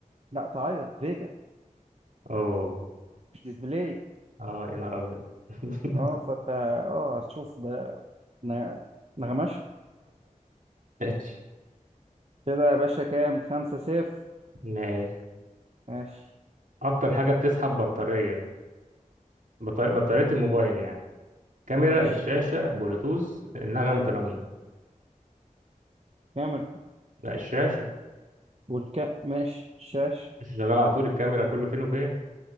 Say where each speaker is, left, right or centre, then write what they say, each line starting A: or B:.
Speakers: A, on the right; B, on the right.
A: لا تعيط فيجا
B: اوه
A: مش ديسبلاي
B: اه يا نهار ابيض <laughs>
A: اه فانت اه هتشوف بقى. ن- نغمش
B: ماشي
A: كده يا باشا كام خمسة صفر
B: ماشي
A: ماشي
B: اكتر حاجه بتسحب بطاريه بطارية, بطاريه الموبايل يعني كاميرا
A: ماشي
B: مم. الشاشه بلوتوث نغمه الرنين
A: كاميرا
B: لا الشاشه
A: والكا ماشي شاش
B: مش شغاله على طول الكاميرا كله فين وفين